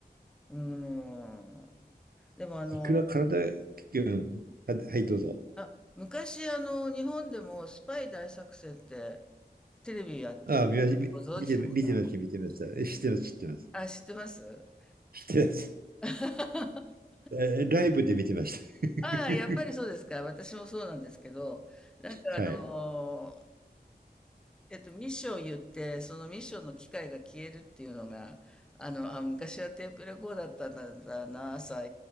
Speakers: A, in the centre; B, on the right.
A: うん。でも、あの、
B: いくら体、うん、ははい、どうぞ。
A: あ、昔、あの、日本でもスパイ大作戦ってテレビやってるのご存知ですか
B: ああ、見まし見見て、見てました、見てました。知ってます、知ってます。
A: あ、知ってます
B: 知ってます。
A: <laughs>
B: えライブで見てました。<laughs>
A: ああ、やっぱりそうですか。私もそうなんですけど、なんかあのー
B: はい。
A: えっと、ミッションを言って、そのミッションの機械が消えるっていうのが、あの、あ、昔はテープレコーダーだったんだな、朝